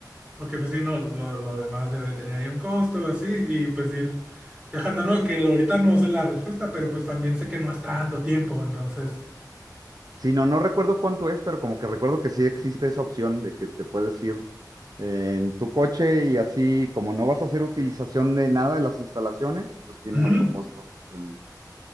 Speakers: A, on the right; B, on the right.
A: Porque pues sí, no, lo, lo demás debe tener ahí un costo, así, y pues ir viajando, ¿no? Que lo- ahorita no sé la respuesta, pero pues también sé que no es tanto tiempo, entonces...
B: Sí, no, no recuerdo cuánto es, pero como que recuerdo que sí existe esa opción de que te puedes ir eh, en tu coche y así, como no vas a hacer utilización de nada de las instalaciones, pues tiene
A: ujú,
B: otro costo. el-